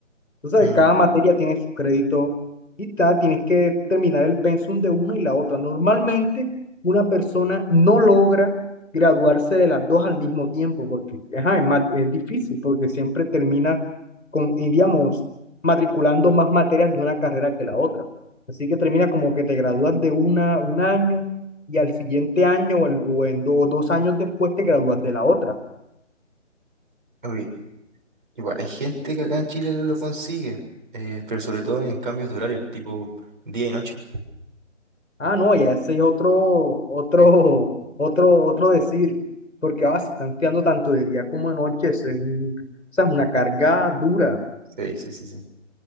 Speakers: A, on the left (about 80°); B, on the right (about 40°).
A: Entonces,
B: Mm,
A: cada materia tiene su crédito y ta, tienes que terminar el pensum de una y la otra. Normalmente, una persona no logra graduarse de las dos al mismo tiempo porque ajá, es más, es difícil, porque siempre termina con, y digamos, matriculando más materias de una carrera que la otra. Así que termina como que te gradúas de una un año y al siguiente año o, el- o en do- dos años después te gradúas de la otra.
B: oye, igual hay gente que acá en Chile lo consigue, eh, pero sobre todo en cambios de horarios, tipo día y noche.
A: Ah, no, ya ese es otro, otro,
B: Sí,
A: <laughs> otro, otro decir, porque ah, se están estudiando tanto de día como de noche, eso es un- o sea, es una carga dura.
B: sí, sí, sí. sí.